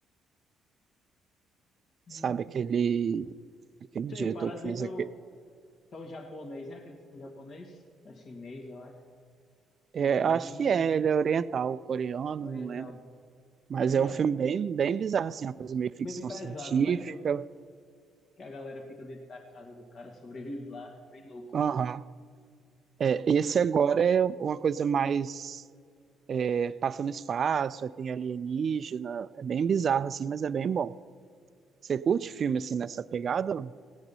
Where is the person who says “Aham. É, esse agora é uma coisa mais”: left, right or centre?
Right